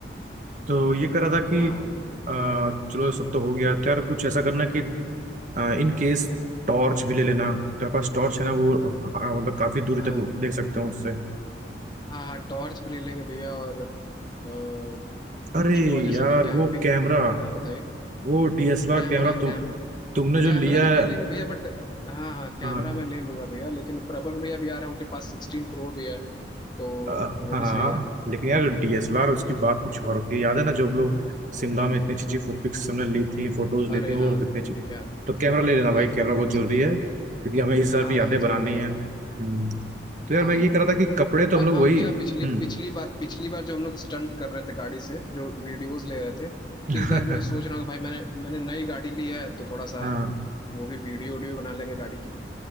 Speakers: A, on the right (about 45°); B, on the left (about 25°).
A: तो ये कह रहा था कि
B: हाँ
A: आ, चलो सब तो हो गया तो यार कुछ ऐसा करना कि आ, इन केस टॉर्च भी ले लेना तो पास टॉर्च है ना वो हाँ, मतलब काफी दूरी
B: हाँ
A: तक वो देख सकते हैं उससे
B: हाँ हाँ टॉर्च भी ले लेंगे भैया और अ, कुछ
A: अरे
B: और जैसे
A: यार
B: कि कैंपिंग
A: वो कैमरा
B: हाँ बताइए
A: वो डीएसएलआर
B: कैमरा
A: कैमरा तुम
B: कैम
A: तुमने जो
B: कैमरा
A: लिया
B: तो
A: है
B: ले लेंगे भैया बट हाँ हाँ कैमरा
A: हाँ
B: मैं ले लूंगा भैया लेकिन प्रबल भैया भी आ रहे हैं उनके पास सिक्सटीन प्रो भी है तो
A: अ,
B: वो
A: हाँ
B: भी सही है
A: लेकिन यार डीएसएलआर उसकी बात कुछ और होती है याद है ना जो हम लोग शिमला में इतनी अच्छी अच्छी पिक्स हमने ली थी फोटोज ली
B: अरे
A: थी वो
B: हाँ
A: कितनी
B: हाँ
A: अच्छी
B: क्या
A: तो कैमरा ले
B: क्या
A: लेना भाई कैमरा
B: फोटोज
A: बहुत जरूरी है क्योंकि हमें इस
B: हाँ
A: बार भी यादें
B: हाँ जरूर
A: बनानी
B: जरूर
A: है हम्म तो यार
B: हाँ
A: मैं
B: हाँ
A: ये कह
B: हाँ
A: रहा था
B: जरूर
A: कि कपड़े तो
B: और
A: हम लोग
B: हाँ
A: वही
B: भैया पिछली
A: हम्म
B: पिछली बार पिछली बार जो हम लोग स्टंट कर रहे थे गाड़ी से जो वीडियोस ले रहे थे
A: <laughs>
B: इस बार मैं सोच रहा हूँ कि भाई मैंने मैंने नई गाड़ी ली है तो थोड़ा सा
A: हाँ
B: वो भी वीडियो वीडियो बना लेंगे गाड़ी की भी